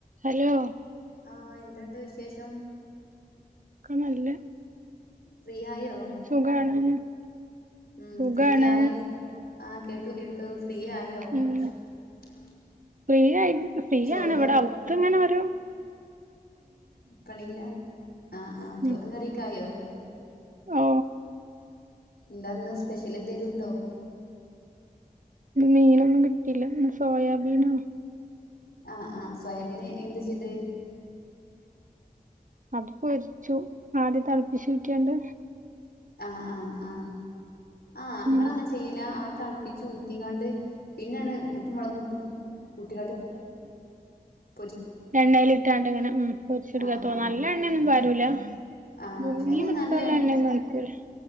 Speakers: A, on the right (about 55°); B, on the left (about 85°).
A: Hello ഒക്കെ
B: ആ എന്ത്ണ്ട് വിശേഷം
A: ക്നല്ല
B: ഫ്രീ ആയോ
A: സുഖാണ്
B: ഉം
A: സുഖാണ്
B: ഫ്രീ ആയോ ആ കേട്ടു കേട്ടു ഫ്രീ ആയോ
A: ഉം
B: <unintelligible>
A: ഫ്രീ ആയിണ് ഫ്രീ
B: ചോറും
A: ആണ്
B: കറി
A: വ്ടെ ഔത്ത് ങ്ങനെരു
B: പണിയിലാ ആ ആ ചോറും
A: ഉം
B: കറി യൊക്കെ ആയോ
A: ഓ
B: ന്താന്ന് സ്പെഷ്യൽ എന്തേലും ഉണ്ടോ
A: ന്ന് മീനൊന്നും കിട്ടിയില്ല ഇന്ന് സോയാബീന
B: ആ ആ സോയാബീന് എന്ത് ചൈതേ
A: അത് പൊര്ച്ചു ആദ്യം തളപ്പിച്ചൂറ്റിയാണ്ട്
B: ആ ആ ആ ആ
A: ഉം
B: ങ്ങളങ്ങനെ ചെയ്യലാ ആത് തളപ്പിചൂറ്റിക്കാണ്ട് പിന്നെണ് ഉപ്പും മുളകും ക്ട് ആ
A: എണ്ണയിൽട്ടാണ്ട് ങ്ങനെ പൊര്ച്
B: ആഹ്
A: ട്ക്കാ
B: ആഹ്
A: നല്ല എണ്ണയെന്നും പാരൂല
B: ആഹ്
A: മുങ്ങീ
B: പക്ഷെ അതിന്
A: നിക്കാള്ള
B: നല്ല
A: എണ്ണന്നും അയക്കൂല